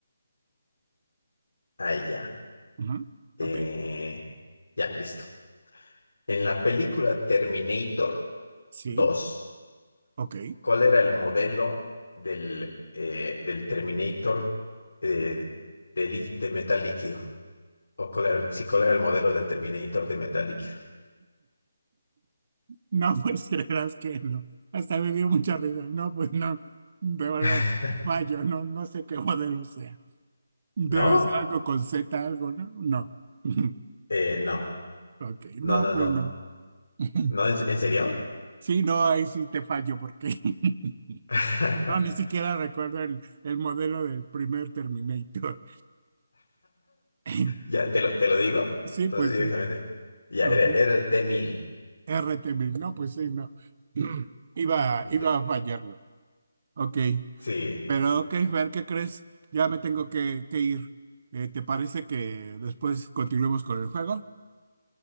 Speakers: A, on the left; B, on the right.
A: Ahí ya.
B: Ujú.
A: Eh,
B: Ok,
A: ya, listo. En la película Terminator
B: sí,
A: dos
B: ok.
A: ¿Cuál era el modelo del, eh, del Terminator eh, de, lí- de metal líquido? ¿O cuál era, el- sí, cuál era el modelo del Terminator de metal líquido?
B: No, <laughs> pues creerás que no. Hasta me dio mucha risa. No, pues no. De verdad,
A: <laughs>
B: fallo, no, no sé qué modelo sea. Debe
A: ¿No?
B: ser algo con Z, algo, ¿no? No. <laughs>
A: Eh, no.
B: Ok,
A: No,
B: no,
A: no,
B: pues
A: no.
B: no. <laughs>
A: ¿No? ¿En, en serio?
B: Sí, no, ahí sí te fallo porque <laughs>
A: <laughs>
B: no, ni siquiera recuerdo el, el modelo del primer Terminator. <clears throat>
A: Ya,
B: <laughs>
A: te lo, te lo digo.
B: Sí,
A: Entonces,
B: pues
A: directamente.
B: sí.
A: Ya,
B: Ajá.
A: era, era el t mil
B: RT Bill, no, pues sí, no. <clears throat> Iba,
A: El
B: iba
A: T-
B: a fallarlo. Ok,
A: sí.
B: pero ok, Fer, ¿qué crees? Ya me tengo que, que ir. Eh, ¿te parece que después continuemos con el juego?